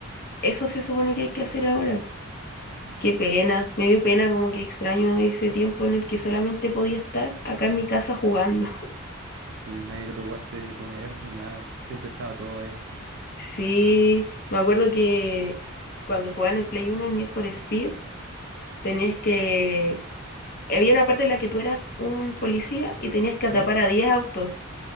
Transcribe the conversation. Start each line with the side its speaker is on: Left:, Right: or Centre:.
Left: Eso se supone que hay que hacer ahora. Qué pena, me dio pena, como que extraño ese tiempo en el que solamente podía estar acá en mi casa jugando. <laughs>
Right: Y no hay que preocuparse de comer ni nada. Siempre estaba todo ahí.
Left: Sí, me acuerdo que cuando jugaba en el Play 1 en Need for Speed, tenías que... Había una parte en la que tú eras un policía y tenías que
Right: Sí,
Left: atrapar a 10 autos.